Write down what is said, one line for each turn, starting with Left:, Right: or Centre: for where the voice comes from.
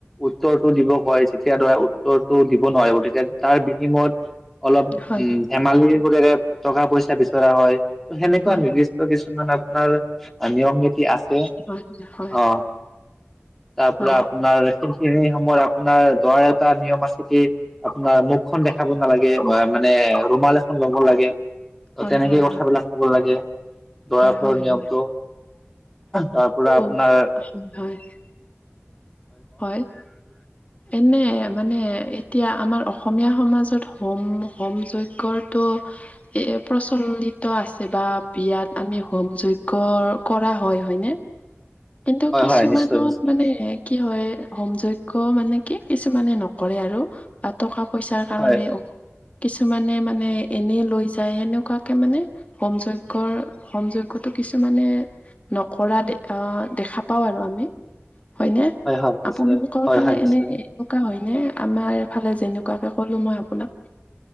Centre: উত্তৰটো দিব কয়। যেতিয়া ধৰা উত্তৰটো দিব নোৱাৰিব, তেতিয়া তাৰ বিনিময়ত অলপ
Left: হয় হয় হয়
Centre: উম ধেমালি সুৰেৰে টকা পইচা বিচৰা হয়। ত সেনেকুৱা
Left: হয়
Centre: নিৰ্দিষ্ট কিছুমান আপোনাৰ নিয়ম নীতি আছে।
Left: হয় <unintelligible>
Centre: অ। তাৰপৰা
Left: হয়
Centre: আপোনাৰ সেইখিনি সময়ত আপোনাৰ দৰাৰ এটা নিয়ম আছে কি, আপোনাৰ মুখখন দেখ খাব নালাগে বা মানে ৰুমাল এখন ল'ব লাগে। ত
Left: হয়
Centre: তেনেকে
Left: হয়
Centre: কথাবিলাক কব লাগে, দৰা ঘৰৰ
Left: হয়
Centre: নিয়মটো।
Left: হয়
Centre: তাৰ পৰা আপোনাৰ
Left: <unintelligible> হয় হয়।
Centre: <inaudible>
Left: এনে মানে এতিয়া আমাৰ অসমীয়া সমাজত হোম হোম যজ্ঞৰটো এ এ প্ৰচলিত আছে বা বিয়াত আমি হোম যজ্ঞ কৰা হয়। হয়নে? কিন্তু
Centre: হয়
Left: কিছুমানত
Centre: হয় নিশ্চয় নিশ্চয়
Left: মানে কি হয় হোম যজ্ঞ মানে কি, কিছুমানে নকৰে আৰু। বা টকা পইচাৰ কাৰণেও।
Centre: হয়
Left: কিছুমানে মানে এনেই লৈ যায়, সেনেকুৱাকে মানে হোম যজ্ঞৰ হোম যজ্ঞতো কিছুমানে নকৰা দে আহ দেখা পাওঁ আৰু আমি। হয়নে?
Centre: হয় হয় নিশ্চয়
Left: আপোনালোকৰ
Centre: হয়
Left: ফালে
Centre: হয় নিশ্চয়
Left: এনে এনেকুৱা হয়নে? আমাৰ ফালে যেনেকুৱাকে ক'লো মই আপোনাক।